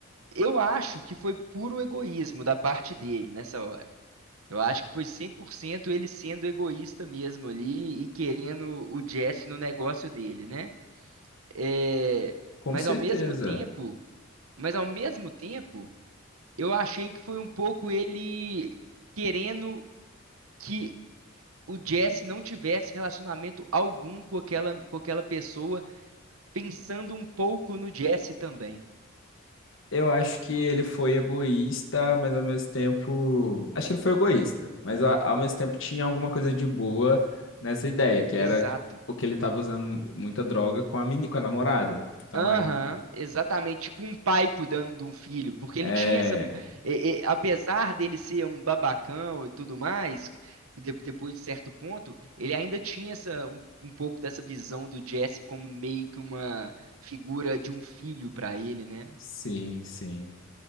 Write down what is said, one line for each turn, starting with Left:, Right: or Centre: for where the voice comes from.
Right: Eu acho que foi puro egoísmo da parte dele nessa hora. Eu acho que foi 100% ele sendo egoísta mesmo ali e querendo o Jesse no negócio dele, né? É,
Left: Com
Right: mas
Left: certeza.
Right: ao mesmo tempo. Mas ao mesmo tempo. Eu achei que foi um pouco ele querendo que o Jesse não tivesse relacionamento algum com aquela, com aquela pessoa, pensando um pouco no Jesse também.
Left: Eu acho que ele foi egoísta, mas ao mesmo tempo. Acho que ele foi egoísta, mas a- ao mesmo tempo tinha alguma coisa de boa nessa ideia, que era
Right: Exato.
Left: o que ele estava usando muita droga com a, meni... com a namorada. Então
Right: Aham,
Left: aí.
Right: exatamente. Tipo um pai cuidando de um filho, porque
Left: É.
Right: ele tinha essa. e- e- apesar dele ser um babacão e tudo mais, de- depois de certo ponto, ele ainda tinha essa, um, um pouco dessa visão do Jesse como meio que uma figura de um filho pra ele, né?
Left: Sim, sim.